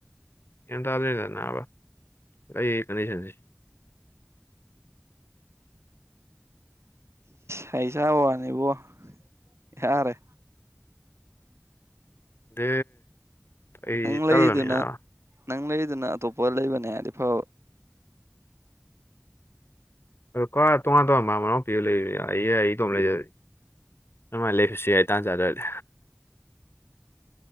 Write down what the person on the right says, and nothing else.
ꯍꯩꯁꯥꯕꯋꯥꯅꯤꯕꯣ ꯌꯥꯔꯦ
ꯅꯪ ꯂꯩꯔꯤꯗꯨꯅ
ꯅꯪ ꯂꯩꯔꯤꯗꯅ ꯑꯇꯣꯞꯄ ꯂꯩꯕꯅꯦ ꯍꯥꯏꯗꯤ ꯐꯕ